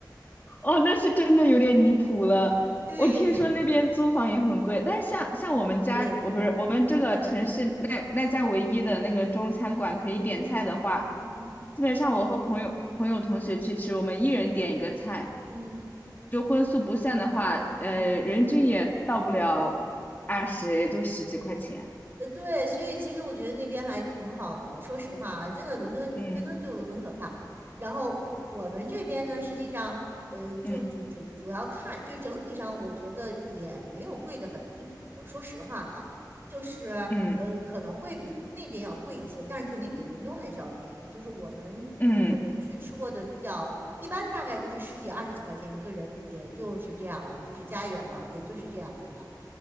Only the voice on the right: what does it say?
对
对，
嗯嗯嗯嗯嗯嗯嗯
嗯嗯
嗯。
呃，对，所以其实我觉得那边还挺好的。说实话啊，真的，伦敦伦敦就很可怕。
然后我我们这边呢，实际上，呃，就主主主要看，
就整体上，我觉得也没有贵的很离谱。说实话啊，就是呃，
可能会比那边要贵一些，但是肯定比伦敦还是要便宜。就是我们我们去吃过的比较一般，
大概就是十几二十几块钱一个人，也就是这样了，就是家园嘛，也就是这样子了。